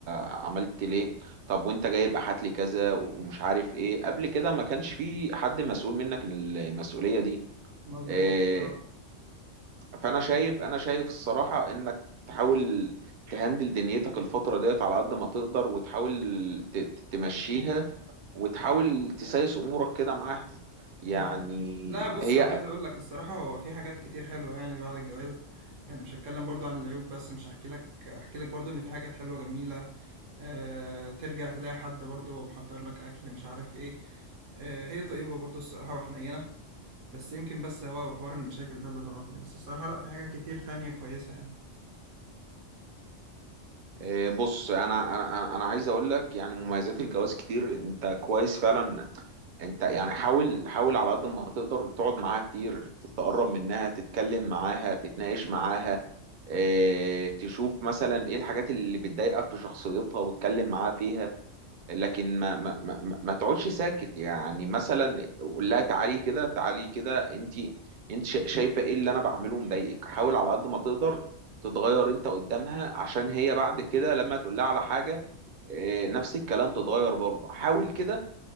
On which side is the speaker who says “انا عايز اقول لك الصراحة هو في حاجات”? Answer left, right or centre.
Right